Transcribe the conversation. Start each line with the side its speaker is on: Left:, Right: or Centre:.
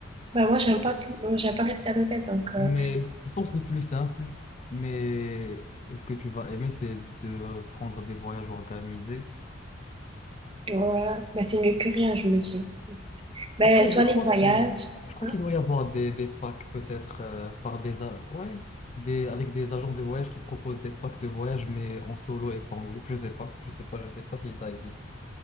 Right: Bah moi, j'aime pas tout... Moi, j'aime pas rester à l'hôtel, donc... euh,
Left: mais le- je pense le plus simple, mais est-ce que tu vas aimer, c'est de prendre des voyages organisés.
Right: Ouais, bah c'est mieux que rien, je me dis. Ben,
Left: Après,
Right: soit
Left: je crois
Right: les voyages.
Left: qu'il, je crois
Right: hein.
Left: qu'il doit y avoir des, des packs peut-être euh, par des, a- ouais, des, avec des agences de voyage qui proposent des packs de voyage, mais en solo et pas en groupe. Je sais pas, je sais pas, je sais pas si ça existe.